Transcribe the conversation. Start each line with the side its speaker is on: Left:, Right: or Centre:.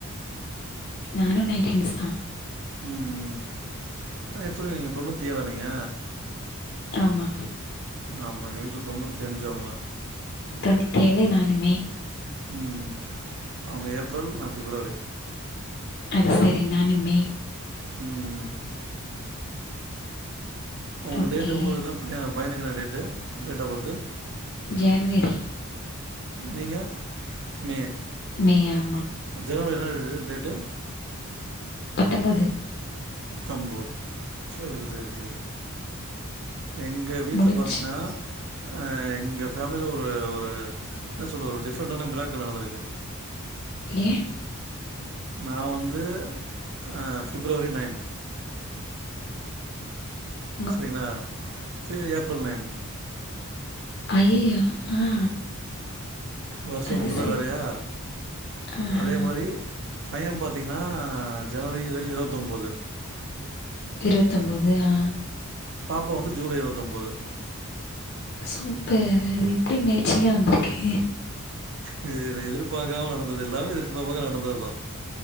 Left: நானு நைன்டீன்ஸ்தா
Right: ம் எத்த ஒன்னே நீங்க தொண்ணத்தி ஏழா நீங்க
Left: ஆமா
Right: ஆமா எங்க வீட்ல தொண்ணுத்தி அஞ்சு அவுங்க
Left: தொண்ணித்தி ஏழுே நானு மே
Right: ம்ம் அவுங்க ஏப்ரல் நா ஃபிப்ரவரி
Left: அது செரி நானு மே
Right: ம் உங்களுக்கு
Left: ஓகே
Right: டேட்டு உங்களுக்கு என்ன பயணா பயணுக்கென்ன date date of birth
Left: January
Right: நீங்க மே
Left: மே ஆமா
Right: ஜனவரி என்னா ர டேட்டு
Left: பத்தம்போது
Right: பத்தம்போது சேரி சேரி சேரி எங்க வீட்ல
Left: முடிச்சு
Right: பாத்தீங்ன்னா அ எங்க ஃபேமிலில ஒரு ஒரு என்ன சொல்றது ஒரு டிஃப்ரெண்ட்டான மிராக்கள் நடந்துருக்கு
Left: ஏ
Right: நா வந்து அ ஃபிப்ரவரி நைன்
Left: ம்
Right: சரிங்ளா ஃபு ஏப்ரல் நைன்
Left: அய்யயோ ஆ
Right: வருஷம்
Left: அது
Right: மட்டுந்தா
Left: சரி.
Right: வேறயா
Left: ஆஹா.
Right: அதே மாரி பைய பாத்திங்ன்னா ஜனவரி ல இருவத்தொம்போது
Left: இருவத்தொம்போது ஆ
Right: பாப்பா வந்து ஜூலை இருவத்தொம்போது
Left: சூப்பர் அது எப்டி மேய்ச்சிங்கா வந்திருக்கு
Right: இது இது எதிர்ப்பாகாம நடந்தது எல்லாமே எதிர்ப்பாகாம நடந்ததுதா